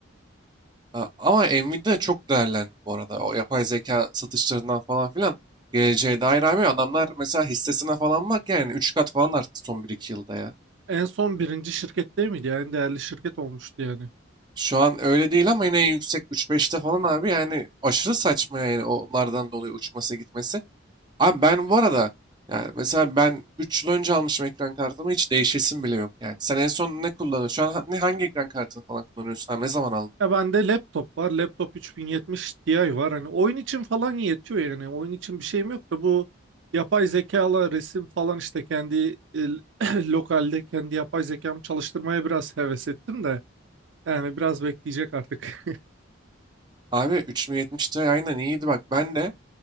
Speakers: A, on the right; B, on the right.
A: Ha, Ama Nvidia çok değerlendi bu arada. O yapay zeka satışlarından falan filan. Geleceğe dair abi adamlar mesela hissesine falan bak yani 3 kat falan arttı son bir iki yılda ya.
B: En son birinci şirket değil miydi? Yani en değerli şirket olmuştu yani.
A: Şu an öyle değil ama yine en yüksek 3-5'te falan abi yani aşırı saçma yani onlardan dolayı uçması gitmesi. Abi ben bu arada yani mesela ben 3 yıl önce almışım ekran kartımı hiç değişesim bile yok yani. Sen en son ne kullanıyorsun? Şu an ha- ne hangi ekran kartını falan kullanıyorsun? Abi ne zaman aldın?
B: Ya bende laptop var. Laptop 3070 Ti var. Hani oyun için falan yetiyor yani. Oyun için bir şeyim yok da bu yapay zekalı resim falan işte kendi e, <clears throat> lokalde kendi yapay zekamı çalıştırmaya biraz heves ettim de. Yani biraz bekleyecek artık.
A: Abi 3070 Ti aynen iyiydi bak. Ben de